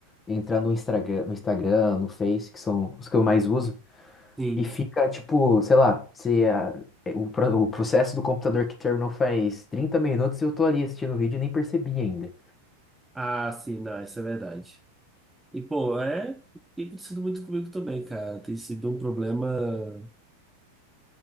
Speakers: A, on the left; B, in the centre.
A: entrar no Instagram, no Instagram, no Face, que são os que eu mais uso,
B: sim.
A: e fica, tipo, sei lá, se a- é, o, pro- o processo do computador que terminou faz 30 minutos e eu tô ali assistindo o vídeo e nem percebi ainda.
B: Ah, sim, não, isso é verdade. E, pô, é. Tem acontecido muito comigo também, cara. Tem sido um problema